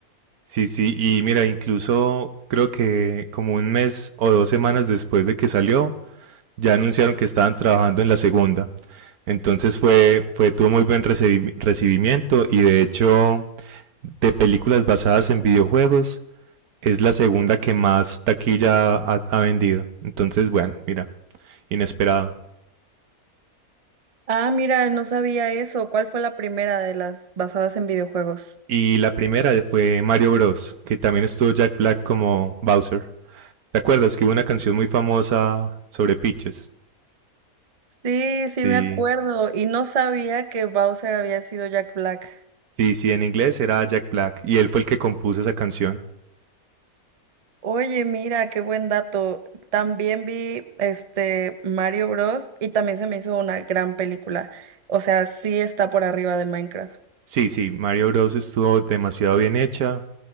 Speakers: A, on the right; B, on the right.
A: Sí, sí, y mira, incluso creo que como un mes o dos semanas después de que salió, ya anunciaron que estaban trabajando en la segunda. Entonces fue, fue tuvo muy buen recibimiento y de hecho de películas basadas en videojuegos es la segunda que más taquilla ha, ha vendido. Entonces, bueno, mira, inesperado.
B: Ah, mira, no sabía eso. ¿Cuál fue la primera de las basadas en videojuegos?
A: Y la primera fue Mario Bros, que también estuvo Jack Black como Bowser. ¿Te acuerdas que hubo una canción muy famosa sobre pitches?
B: Sí, sí
A: Sí,
B: me acuerdo. Y no sabía que Bowser había sido Jack Black.
A: sí, sí, en inglés era Jack Black y él fue el que compuso esa canción.
B: Oye, mira, qué buen dato. También vi este Mario Bros. y también se me hizo una gran película. O sea, sí está por arriba de Minecraft.
A: Sí, sí, Mario Bros estuvo demasiado bien hecha.